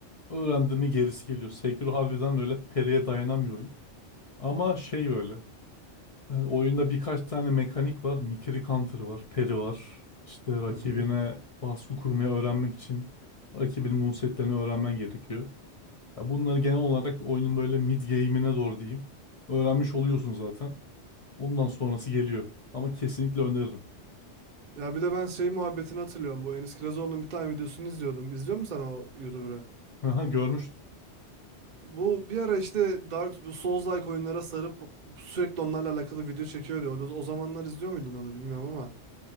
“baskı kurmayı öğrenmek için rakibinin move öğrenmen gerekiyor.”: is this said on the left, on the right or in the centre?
Left